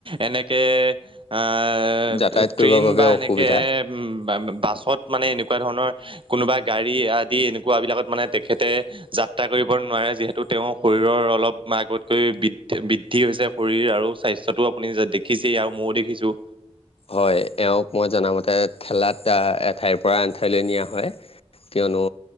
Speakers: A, on the right; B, on the left.
A: এনেকে আহ,
B: যাতায়াত কৰিবৰ
A: ট্ৰেইন
B: বাবে
A: বা
B: অসুবিধা
A: এনেকে উম, ব বাছত মানে এনেকুৱা ধৰণৰ কোনোবা গাড়ী আদি এনেকুৱা বিলাকত মানে তেখেতে যাত্ৰা কৰিব নোৱাৰে যিহেতু তেও শৰীৰৰ অলপ আগতকৈ বৃদ্ধি - বৃদ্ধি হৈছে শৰীৰ আৰু স্বাস্থ্যটো আপুনি দেখিছেই আৰু মইও দেখিছো।
B: হয় এওঁক মই জনামতে ঠেলাত এঠাইৰ পৰা আন ঠাইলৈ নিয়া হয় কিয়নো